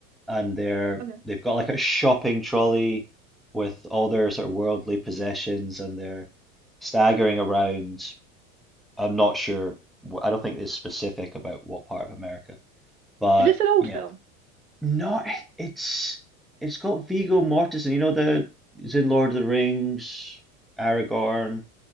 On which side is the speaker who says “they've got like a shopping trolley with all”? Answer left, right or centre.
Centre